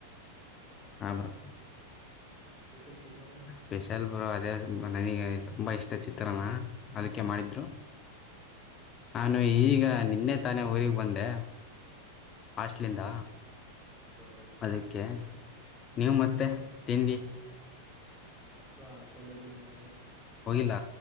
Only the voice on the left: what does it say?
ಹಾ ಬ್ರೋ,
ಸ್ಪೇಷಲ್ ಬ್ರೋ ಅದೇ ತುಂಬ ನನಗೆ ತುಂಬ ಇಷ್ಟ ಚಿತ್ರಾನ್ನ. ಅದಕ್ಕೆ ಮಾಡಿದ್ದರು. ನಾನು ಈಗ ನಿನ್ನೆ ತಾನೇ ಊರಿಗೆ ಬಂದೆ,
ಹಾಸ್ಟ್ಲಿಂದ,
ಅದಕ್ಕೆ
ನೀವು ಮತ್ತೆ ತಿಂಡಿ?
ಹೋಗಿಲ್ಲ